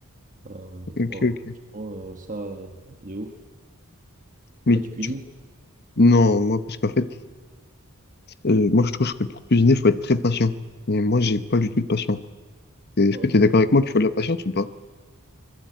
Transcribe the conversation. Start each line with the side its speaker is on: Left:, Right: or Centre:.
Right: Euh,
Left: Ok,
Right: ouais,
Left: ok.
Right: franchement, euh, ça, euh, de ouf.
Left: Mais
Right: Toi, tu cuisines?
Left: tu... Non, moi, parce qu'en fait, euh, moi, je trouve que pour cuisiner, faut être très patient. Et moi, j'ai pas du tout de patience. Et Est-ce
Right: Ok.
Left: que tu es d'accord avec moi qu'il faut de la patience ou pas?